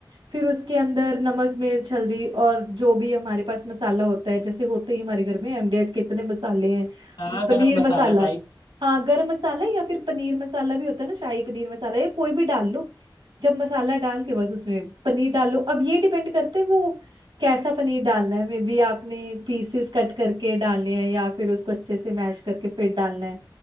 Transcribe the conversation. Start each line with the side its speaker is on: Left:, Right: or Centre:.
Right: फिर उसके अंदर नमक मिर्च हल्दी और जो भी हमारे पास मसाला होता है जैसे होते ही हमारे घर में एमडीएच के इतने मसाले हैं
Left: हाँ
Right: वो पनीर
Left: गरम मसाला
Right: मसाला
Left: टाइप
Right: हाँ गरम मसाला या फिर पनीर मसाला भी होता है ना शाही पनीर मसाला या कोई भी डाल लो जब मसाला डाल के बस उसमें पनीर डाल लो अब ये डिपेंड करते हैं वो कैसा पनीर डालना है मे बी आपने पीसेस कट करके डालने हैं या फिर उसको अच्छे से मैश करके फिर डालना है